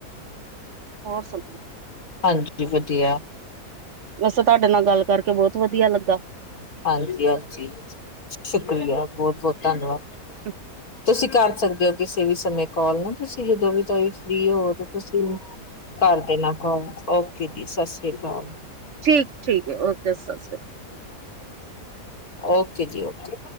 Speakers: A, on the right (about 60°); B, on the left (about 65°).
A: ਹੋਰ ਸੁਨ
B: ਹਾਂਜੀ, ਵਧੀਆ।
A: ਵੈਸੇ ਤਾਡੇ ਨਾਲ ਗੱਲ ਕਰਕੇ ਬੋਤ ਵਧੀਆ ਲੱਗਾ।
B: ਹਾਂਜੀ-ਹਾਂਜੀ ਸ਼ੁਕਰੀਆ, ਬੋਤ-ਬੋਤ ਧੰਨਵਾਦ।
A: <inaudible>
B: ਤੁਸੀਂ ਕਰ ਸਕਦੇ ਓ ਕਿਸੇ ਵੀ ਸਮੇਂ ਕਾਲ ਨਾ, ਤੁਸੀਂ ਜਦੋਂ ਵੀ ਥੋਡੇ ਫ੍ਰੀ ਹੋਵੋ ਜੋ ਤੁਸੀਂ ਕਰ ਦੇਨਾ ਕੌਲ ਓਕੇ ਜੀ, ਸਸ੍ਰੀ ਅਕਾਲ।
A: ਠੀਕ-ਠੀਕ, ਓਕੇ ਸਸ੍ਰੀ ਕ
B: ਓਕੇ ਜੀ, ਓਕੇ।